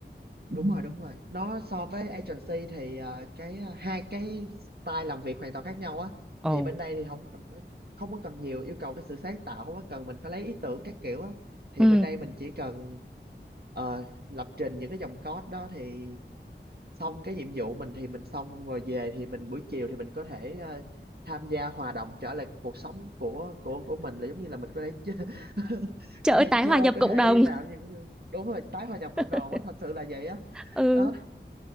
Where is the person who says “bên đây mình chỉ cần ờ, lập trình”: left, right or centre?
Right